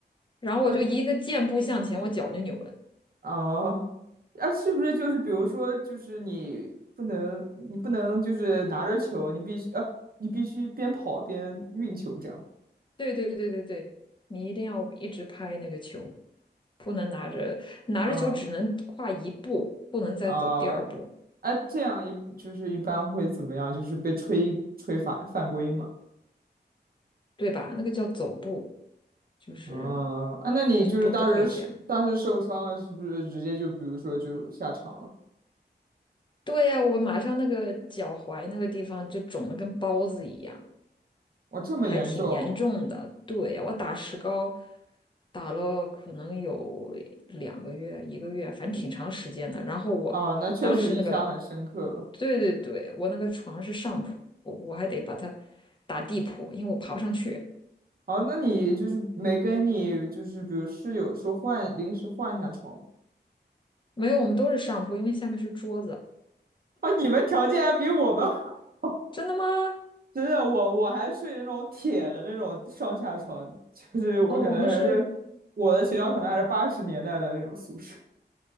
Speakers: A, on the left; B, on the right.
A: 然后我就一个箭步向前，
B: 啊
A: 我脚就扭了。
B: 啊啊！是不是就是比如说就是你不能你不能就是拿着球，你必须啊你必须边跑边运球这样。
A: 对对对对对，你一定要一直拍那个球，不能拿着拿着球只能跨一步，
B: 啊
A: 不能再走第二步。
B: 啊，哎，这样一就是一般会怎么样？就是被吹吹犯犯规嘛。
A: 对吧？那个叫走步，就是
B: 啊啊，那你就是当时是当时受伤了，
A: 就不不可以这样。
B: 是不是直接就比如说就下场了？
A: 对呀，我马上那个脚踝那个地方就肿得跟包子一样，
B: 哇，这么严重
A: 还挺严重的。对呀，我打石膏打了可能有两个月、一个月，反正挺长时间的。然后我当时那个，
B: 啊？那确实印象很深刻了。
A: 对对对，我那个床是上铺，我我还得把它打地铺，因为我爬不上去。
B: 哦，那你就是没跟你就是比如室友说换临时换一下床吗？
A: 没有，我们都是上铺，因为下面是桌子。
B: 啊，你们条件还比我们好。<laughs>
A: 真的吗？
B: 真的，我我还睡那种铁的那种上下床，就是我可能还是
A: 哦，我们是，
B: 我的学校可能还是八十年代的那种宿舍。
A: 嗯，